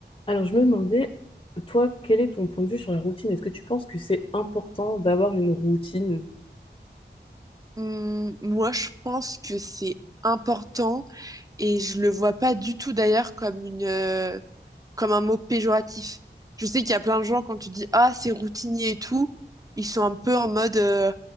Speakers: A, on the left (about 30°); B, on the right (about 20°).
A: Alors, je me demandais, toi, quel est ton point de vue sur la routine? Est-ce que tu penses que c'est important d'avoir une routine?
B: Hum, moi, je pense que c'est important et je le vois pas du tout d'ailleurs comme une, euh, comme un mot péjoratif. Je sais qu'il y a plein de gens quand tu dis ah c'est routinier et tout, ils sont un peu en mode euh,